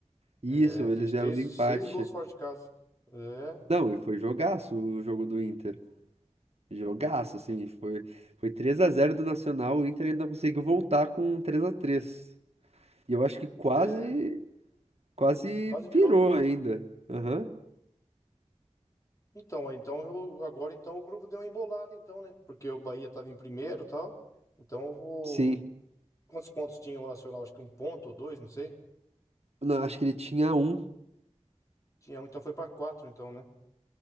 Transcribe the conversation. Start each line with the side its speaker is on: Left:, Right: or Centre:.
Right: Isso,
Left: É, fez
Right: eles
Left: três,
Right: vieram do empate.
Left: seis gols fora de casa. É,
Right: Não, e foi jogaço o jogo do Inter. Jogaço, assim, foi, foi três a zero do Nacional, o Inter ainda conseguiu voltar com três a três. E eu acho que quase,
Left: é,
Right: quase
Left: quase
Right: virou
Left: virou.
Right: ainda. Aham,
Left: Então, é, então eu- agora então o grupo deu uma embolada, então, né? Porque o Bahia tava em primeiro e tal. Então, eu vou...
Right: sim.
Left: quantos pontos tinha o Nacional? Acho que um ponto ou dois, não sei.
Right: Não, acho que ele tinha um,
Left: Tinha um, então foi pra quatro, então, né?